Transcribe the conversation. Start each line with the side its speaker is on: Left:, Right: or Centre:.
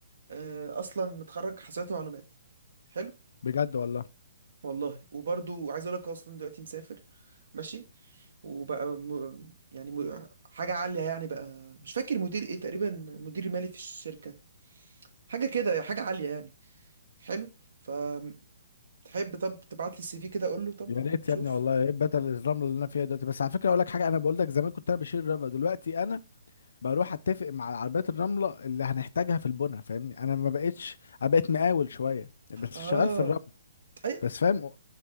Right: آه، اصلا متخرج حاسبات ومعلومات حلو
Left: بجد والله
Right: والله وبرضو عايز اقول لك اصلا دلوقتي مسافر ماشي وبقى م... يعني م... حاجه عاليه يعني بقى مش فاكر مدير ايه تقريبا مدير مالي في الشركه حاجه كده حاجه عاليه يعني حلو فتحب طب تبعت لي السي في كده اقول له طب
Left: يا
Right: ونشوف
Left: ريت يا ابني والله ايه بدل الرمله اللي انا فيها دلوقتي بس على فكره اقول لك حاجه انا بقول لك زمان كنت انا بشيل الرمله دلوقتي انا بروح اتفق مع عربيات الرمله اللي هنحتاجها في البنا فاهمني انا ما بقتش انا بقيت مقاول شويه بس
Right: اه
Left: شغال في الرمل
Right: اي
Left: بس فاهم